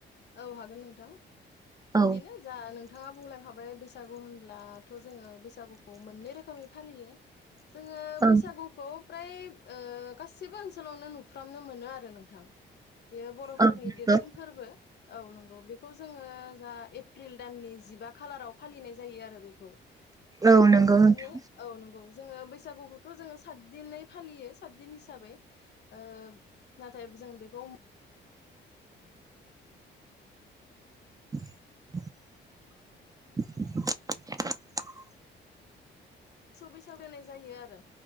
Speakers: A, on the left; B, on the right.
A: औ हागोन नोंथां
B: औ
A: बिदिनो जा नोंथाङा बुंलांखाबाय बेस बैसागु होनब्ला थ' जोङो बैसागुखौ मोननै रोखोमै फालियो। जोङो
B: औ
A: बैसागुखौ फ्राय ओ गासिबो ओनसोलावनो नुफ्रामनो मोनो आरो नोंथां। बेयो बर'फोरनि
B: औ नंगौ
A: देरसिन फोरबो। औ नंगौ बेखौ जोङो जा एप्रिल दाननि जिबा खालाराव फालिनाय जायो आरो बेखौ।
B: औ
A: ओ
B: नंगौ
A: बिदिनो
B: नोंथां
A: औ नोंगौ। जोङो बैसागुखौथ' जोङो सात दिनै फालियो सातदिन हिसाबै ओ नाथाय जों बेखौ
B: <inaudible>
A: <unintelligible> जायो आरो